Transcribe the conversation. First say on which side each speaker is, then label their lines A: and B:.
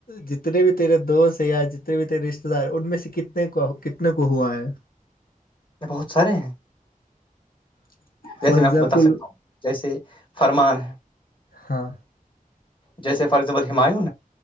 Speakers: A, on the left (about 80°); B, on the left (about 35°).
A: جتنے بھی تیرے دوست یا جتنے بھی تیرے رشتے دار ان میں سے کتنے کو کتنے کو ہوا ہے
B: یہ بہت سارے ہیں
A: <inaudible>
B: جیسے
A: ایگزامپل
B: میں آپ کو بتا سکتا ہوں جیسے فرمان ہ
A: ہاں
B: جیسے فار ایزامل ہمایوں